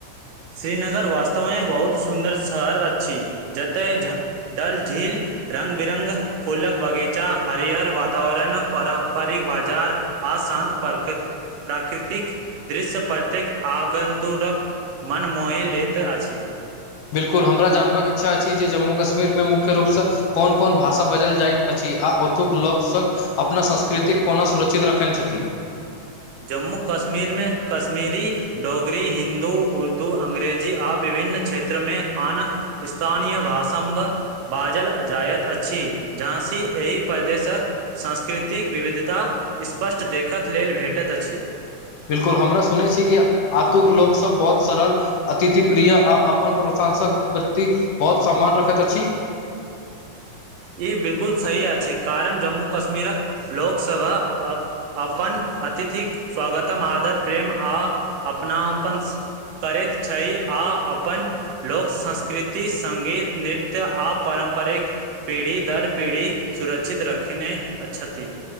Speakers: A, on the right (about 65°); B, on the left (about 65°).
A: श्रीनगर वास्तव मे बहुत सुन्दर शहर अछि जतय डल झील रंग बिरंग फुलक बगीचा हरिहर वातावरण पारम्परिक बाजार आशान्त परक प्राकृतिक दृश्य प्रत्येक आगन्तुरप मनमोहि लैत अछि
B: बिल्कुल हमरा जानबाक इच्छा अछि जे जम्मू कश्मीर मे मुख्य रूप सँ कोन कोन भाषा बजल जाइत अछि ई आ ओतुक लवसँ अपना संस्कृतिक कोना सुरक्षित रखने छथि
A: जम्मू कश्मीर मे कश्मीरी डोगरी हिन्दू उर्दू अंग्रेजी आ विभिन्न क्षेत्र मे अन स्थानीय भासंभ बाजल जायत अछि जहाँ सी एहि प्रदेशक सांस्कृतिक विविधता स्पष्ट देखक लेल भेट त अछि
B: बिलकुल हमरा सुने छी कि आतुक लोक सब बहुत सरल अतिथि प्रिय आ अपन प्रो्थ सांसक प्रति बहुत सम्मान रखैत अछि
A: ई बिल्कुल सही अछि कारण जम्मू कश्मीरक लोकसभा अ अपन अतिथिक स्वागतम आदर प्रेम आ अपनापन करैत छै आ अपन लोक संस्कृति संगीत नृत्य आ परम्प पारम्परिक पीढ़ी दर पीढ़ी सुरक्षित रखने अ छथि